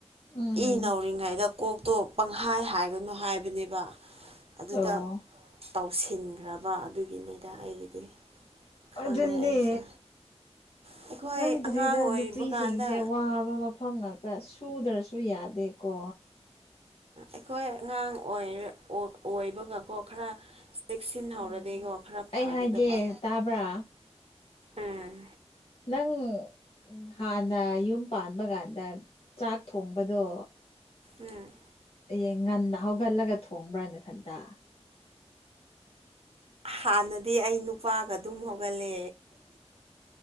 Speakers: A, on the left; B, on the right.
A: ꯎꯝ
B: ꯏ ꯅꯧꯔꯤꯉꯩꯗ ꯀꯣꯛꯇꯣ ꯄꯪꯍꯥꯏ ꯍꯥꯏꯒꯅꯨ ꯍꯥꯏꯕꯅꯦꯕ ꯑꯗꯨꯗ
A: ꯑꯣ
B: ꯇꯧꯁꯤꯟꯈ꯭ꯔꯕ ꯑꯗꯨꯒꯤꯅꯤꯗ ꯑꯩꯒꯤꯗꯤ ꯈꯪꯉꯦ
A: ꯑꯗꯨꯅꯦ
B: ꯑꯩꯁꯦ ꯑꯩꯈꯣꯏ
A: ꯈꯪꯗ꯭ꯔꯦꯗ
B: ꯑꯉꯥꯡ ꯑꯣꯏꯕ
A: ꯅꯨꯄꯤꯁꯤꯡꯁꯦ
B: ꯀꯥꯟꯗ
A: ꯋꯥ ꯋꯥꯕ ꯃꯐꯝ ꯉꯥꯛꯇ ꯁꯨꯗ꯭ꯔꯁꯨ ꯌꯥꯗꯦꯀꯣ
B: ꯑꯩꯈꯣꯏ ꯑꯉꯥꯡ ꯑꯣꯏꯔ ꯑꯣꯏꯕꯒꯀꯣ ꯈꯔ ꯆꯦꯛꯁꯤꯟ ꯍꯧꯔꯗꯤꯀꯣ
A: ꯎꯝ
B: ꯈꯔ
A: ꯑꯩ
B: ꯐꯒꯗꯕ
A: ꯍꯥꯏꯒꯦ ꯇꯥꯕ꯭ꯔꯥ
B: ꯎꯝ
A: ꯅꯪ ꯍꯥꯟꯅ ꯌꯨꯝ ꯄꯥꯟꯕ ꯀꯥꯟꯗ ꯆꯥꯛ ꯊꯣꯡꯕꯗꯣ
B: ꯎꯝ
A: ꯍꯌꯦꯡ ꯉꯟꯅ ꯍꯧꯒꯠꯂꯒ ꯊꯣꯡꯕ꯭ꯔ ꯅꯊꯟꯇ
B: ꯍꯥꯟꯅꯗꯤ ꯑꯩ ꯅꯨꯄꯥꯒ ꯑꯗꯨꯝ ꯍꯧꯒꯠꯂꯦ